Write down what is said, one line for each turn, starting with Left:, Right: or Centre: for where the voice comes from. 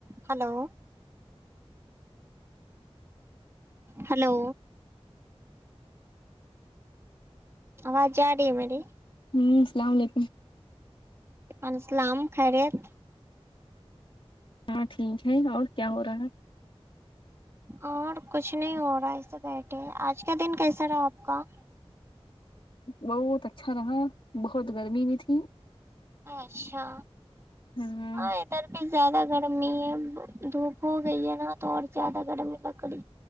Right: hello hello آواز جا رہی ہے مری
Left: ہوں السلام علیکم
Right: انسلام خریت
Left: ہاں ٹھیک ہے اور کیا ہو رہا ہے
Right: اور کچھ نہیں ہو رہا ہے اسے بیٹھے آج کا دن کیسا رہا آپ کا
Left: بہت اچھا رہا بہت گرمی بھی تھی
Right: اچھا
Left: ہاں
Right: اور زیادہ گرمی ہے دھوپ ہو گئی ہے نا تو اور زیادہ گرم لگ کڑ <unintelligible>